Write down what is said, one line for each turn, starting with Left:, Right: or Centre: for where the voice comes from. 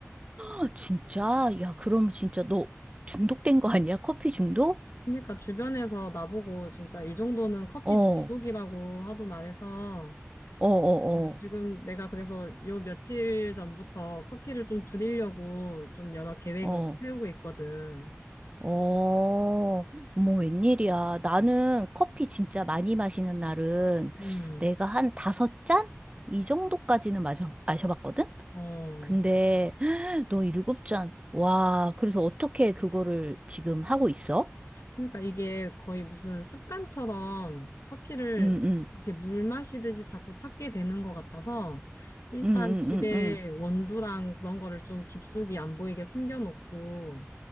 Right: 헉, 진짜? 야, 그럼 진짜 너 중독된 거 아니야? 커피 중독?
Left: 그러니까 주변에서 나보고 진짜 이 정도는 커피
Right: 어, 어,
Left: 중독이라고 하도 말해서,
Right: 어, 어,
Left: 어, 지금 내가 그래서 요 며칠 전부터 커피를 좀 줄이려고 좀 여러 계획을
Right: 어,
Left: 좀 세우고 있거든.
Right: 어, 어머, 웬일이야. 나는 커피 진짜 많이 마시는 날은
Left: 음.
Right: 내가 한 다섯 잔? 이 정도까지는 마셔, 마셔봤거든?
Left: 어,
Right: 근데 <gasps> 헉, 너 일곱 잔. 와, 그래서 어떻게 그거를 지금 하고 있어?
Left: 그러니까 이게 거의 무슨 습관처럼 커피를
Right: 응, 응.
Left: 이렇게 물 마시듯이 자꾸 찾게 되는 것 같아서 일단
Right: 음, 음,
Left: 집에
Right: 음, 음,
Left: 원두랑 그런 거를 좀 깊숙이 안 보이게 숨겨놓고